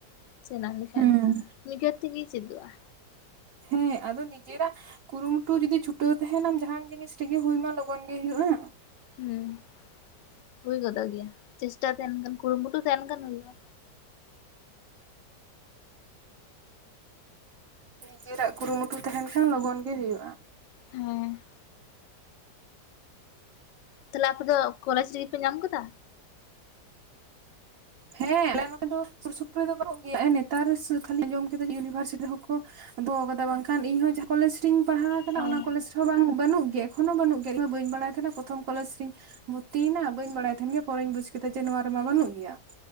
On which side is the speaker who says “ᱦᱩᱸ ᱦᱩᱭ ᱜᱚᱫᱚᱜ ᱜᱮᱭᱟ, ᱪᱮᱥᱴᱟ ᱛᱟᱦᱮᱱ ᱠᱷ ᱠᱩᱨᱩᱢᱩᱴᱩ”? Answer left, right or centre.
Left